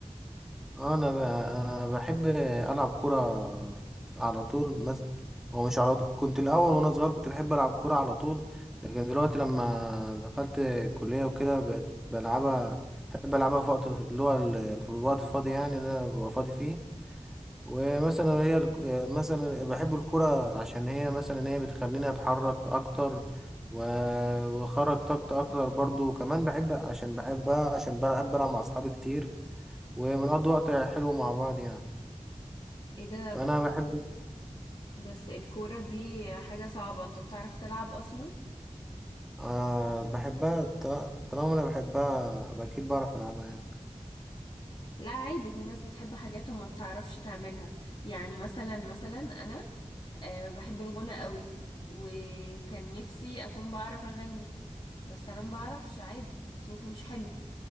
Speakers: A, in the centre; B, on the left.
A: اه انا ب... انا بحب العب كوره على طول مز... هو مش على طول كنت الاول وانا صغير كنت بحب العب كوره على طول لكن دلوقتي لما دخلت الكليه وكده بقيت بلعبها بحب العبها في وقت اللي هو ال- الف- الوقت الفاضي يعني اللي انا ببقى فاضي فيه ومثلا هي الك- مثلا بحب الكوره عشان هي مثلا هي بتخليني اتحرك اكتر و... وخرج طاقتي اكتر برضو وكمان بحب عشان بحبها عشان بلعب بلعب مع اصحابي كتير وبنقضي وقت حلو مع بعض يعني
B: ايه ده
A: فأنا
B: بس
A: بحب
B: بس الكورة دي حاجة صعبة انت بتعرف تلعب اصلا
A: آه بحبها طال- طالما أنا بحبها يبقى أكيد بعرف ألعبها يعني
B: لا عادي في ناس بتحب حاجات وما بتعرفش تعملها يعني مثلا مثلا انا آه، بحب الغنى قوي وكان نفسي اكون بعرف اغني بس انا ما بعرفش عادي صوتي مش حلو